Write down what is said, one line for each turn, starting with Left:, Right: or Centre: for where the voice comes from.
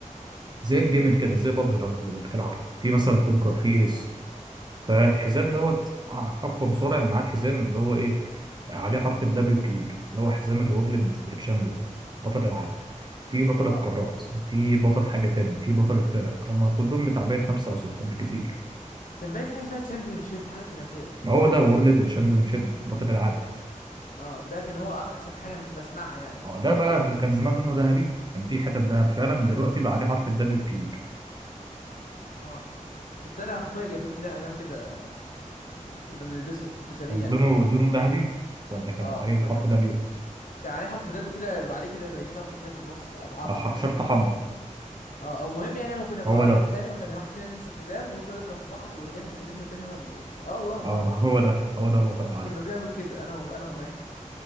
Right: زي الجيمنج كده زي بابجي لما بتلعبها في مثلا كونكر في ايس
Left: اه
Right: فالحزام دوت أقوى مصارع معاه الحزام اللي هو ايه عليه حرف الدبليو الكبير اللي هو حزام الورلد تشامبيون بطل العالم في بطل
Left: اه
Right: القارات في بطل حاجة تانية في بطل الفرق هما كلهم بتاع خمسة أو ستة مش كتير
Left: كان باين في حاجه اسمها تشامبيون شيب حاجه شبه كده
Right: ما هو ده وورلد تشامبيون شيب بطل العالم
Left: اه ده كان هو احسن حاجه انا كنت بسمعها يعني
Right: هو ده بقى اللي كان زمان لونه ذهبي كان في حتت ذهب فعلا دلوقتي بقى عليه حرف الدبليو الكبير
Left: اه كنت انا واخويا جايبين كده حزام كده كنا بنلبسه كنت شاريه
Right: كان
Left: يعني
Right: لونه لونه ذهبي ولا كان
Left: اه
Right: عليه الحرف
Left: كنا
Right: ده بيوم
Left: كان عليه حرف دب كده بيبقى عليه كده زي شرطه كده في النص قطعاه كده
Right: أو ح-
Left: فاهم
Right: شرطة حمراء
Left: اه او المهم يعني لما كنا بنقعد
Right: هو ده
Left: نتخانق وكان واحد فينا بيلبس الحزام ويفضل يضرب في بعض واللي ياخد الحزام من التاني هو اللي يكسب اه والله ما بهزر
Right: اه ما هو ده هو ده الوطن العادي
Left: كنا بنعمل كده انا و... انا وما